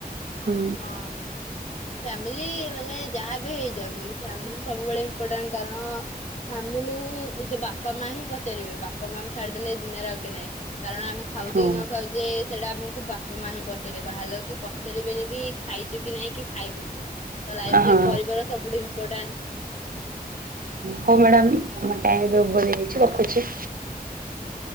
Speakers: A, on the right; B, on the left.
A: ହୁଁ
B: ହଁ ଫ୍ୟାମିଲି ମାନେ ଯାହାବି ଯାଉ କିନ୍ତୁ ଫାମିଲି ସବୁବେଳେ ଇମ୍ପୋଟାଣ୍ଟ କାରଣ ଫ୍ୟାମିଲି ହିଁ ନିଜ ବାପା ମା ହିଁ ପଚାରିବେ ବାପା ମାଙ୍କୁ ଛାଡିଦେଲେ ଏ ଦୁନିଆରେ ଆଉ କେ ନହିଁ କାରଣ ଆମେ ଖାଉଛେ
A: ହଁ
B: କି ନ ଖାଉଛେ ସେଇଟା ଆମକୁ କୁବା ମୋ ମାହିେଁ ପଚାରିବ ବାହାରଲ କି ପଚାରିବେନି ବି ଖାଇଛୁ କି ନାଇଁ କି ଖାଇବୁ କି ନାଇଁ ତ ଲାଇଫରେ
A: ହଁ ହଁ
B: ପରିବାର ସବୁଠୁ ଇମ୍ପଟାଣ୍ଟ
A: ହଉ ମ୍ୟାଡ଼ାମ ଆମ ଟାଇମ ଅଭର ହୋଇ ଯାଇଛି ରଖୁଛି
B: ହୁଁ